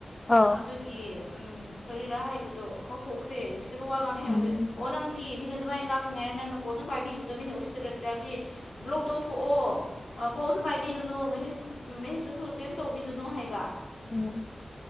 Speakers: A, on the left; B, on the left.
A: ꯑ
B: ꯑꯧ
A: ꯑꯗꯨ ꯒꯤ ꯎꯝ ꯀꯔꯤꯔꯥ ꯍꯥꯏꯕꯗꯣ ꯀꯥꯎꯊꯣꯛꯈ꯭ꯔꯦ ꯎꯁꯤꯠꯇꯥꯕ ꯋꯥ ꯉꯥꯡꯉꯦ ꯍꯥꯏꯕꯗꯣ
B: ꯎꯝ
A: ꯑꯣ ꯅꯪꯗꯤ ꯃꯤꯅ ꯑꯗꯨꯃꯥꯏꯅ ꯉꯥꯡꯅꯤꯉꯥꯏꯅ ꯅꯪꯅ ꯀꯣꯜ ꯑꯗꯨꯝ ꯄꯥꯏꯕꯤꯕꯗꯣ ꯃꯤꯅ ꯎꯁꯤꯇꯔꯠꯇ꯭ꯔꯗꯤ ꯕ꯭ꯂꯣꯛ ꯇꯧꯊꯣꯛꯑꯣ ꯀꯣꯜꯁꯨ ꯄꯥꯏꯕꯤꯒꯅꯨ ꯃꯍꯦꯁ ꯃꯍꯦꯁꯇꯨꯁꯨ ꯀꯔꯤꯝ ꯇꯧꯕꯤꯒꯅꯣ ꯍꯥꯏꯕ
B: ꯎꯝ